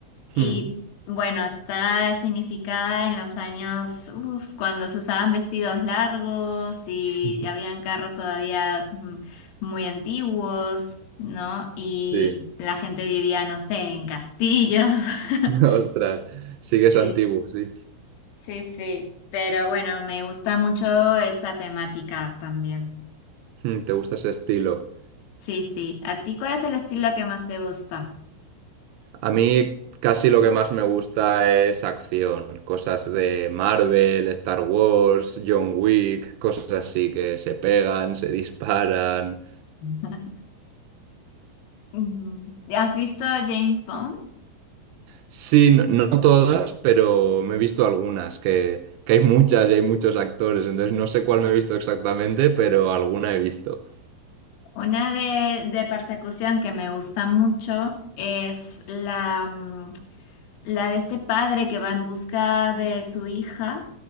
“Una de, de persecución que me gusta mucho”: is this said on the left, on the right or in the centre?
Left